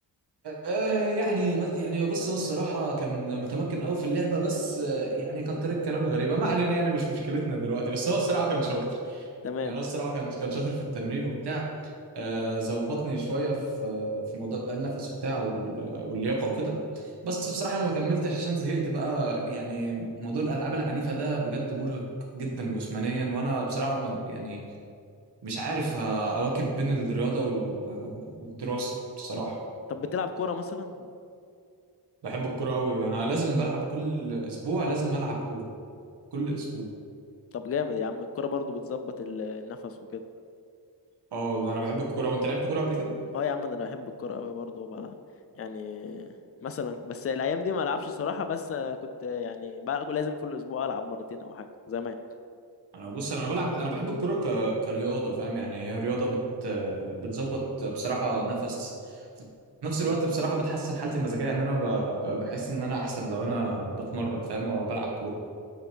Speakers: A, on the right; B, on the left.
A: آه، يعني يعني بص هو الصراحه كان متمكن قوي في اللعبه بس آه، يعني كان طريقه كلامه غريبه ما علينا يعني مش مشكلتنا دلوقتي بس هو الصراحه كان شاطر
B: تمام
A: يعني هو الصراحه كان كان شاطر في التمرين وبتاع آه، ظبطني شويه في آه، في موضوع النفس وبتاع وال- واللياقه وكده بس بصراحه انا ما كملتش عشان زهقت بقى يعني موضوع الالعاب العنيفه ده بجد مرهق جدا جسمانيا وانا بصراحه ما يعني مش عارف آه، أواكب بين الرياضة وال- والدراسة بصراحة
B: طب بتلعب كورة مثلا
A: بحب الكورة أوي أنا لازم بلعب كل أسبوع لازم ألعب كورة كل أسبوع
B: طب جامد يا عم الكرة برضو بتظبط ال- النفس وكده
A: اه والله أنا بحب الكورة وأنت لعبت كورة قبل كده؟
B: اه يا عم ده انا بحب الكرة قوي برضو وبقى يعني مثلا بس الايام دي ما العبش صراحة بس كنت يعني بقى لازم كل اسبوع العب مرتين او حاجة زمان
A: أنا بص أنا بلعب أنا بحب الكورة ك... كرياضة فاهم يعني هي رياضة بت... بتظبط بصراحة نفس في نفس الوقت بصراحة بتحسن حالتي المزاجية إن أنا ب... ب- بحس إن أنا أحسن لو أنا بتمرن فاهم أو بلعب كورة